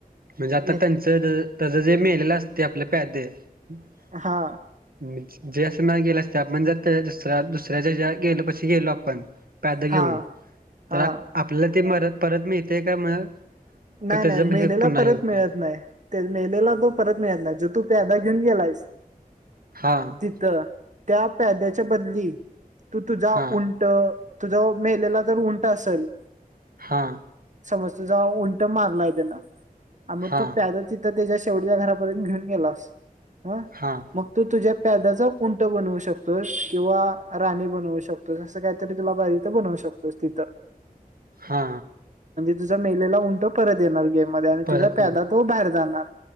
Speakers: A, on the right (about 75°); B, on the right (about 55°).
A: म्हणजे आता
B: हे-
A: त्यांचं तर जे मेलेलं असतंय आपले प्यादे <unintelligible>
B: हा
A: <inaudible> जे असं नाय असते आपण जात दुस दुसऱ्या ज गेलो पशी गेलो आपण. प्याद घेऊन
B: हा हा
A: तर आपलं ते मरत परत मिळतेय काय मग? का
B: नाही
A: त्याचं
B: नाही मेलेला
A: हे पुन्हा
B: परत
A: हे होतंय
B: मिळत नाही मेलेला तो परत मिळत नाही जो तू प्यादा घेऊन गेलायस
A: हां,
B: तिथं त्या प्याद्याच्या बदली तू तुझा
A: हां,
B: उंट तुझं मेलेला जर उंट असेल
A: हा
B: <unintelligible> तुझा उंट मारलाय त्यानं हा मग
A: हां,
B: तू प्यादा त्याच्या शेवटच्या घरापर्यंत घेऊन गेलास हं
A: हां,
B: मग तू तुझ्या प्यादाचा उंट बनवू शकतोस किंवा राणी बनवू शकतोस असं काहीतरी तुला पाहिजे तर बनवू शकतोस. शकतोस तिथं.
A: हा
B: तुझ्या मेलेला उंट परत येणार गेम मध्ये आणि
A: परत
B: तुझ्या प्यादा
A: मी
B: तो बाहेर जाणार.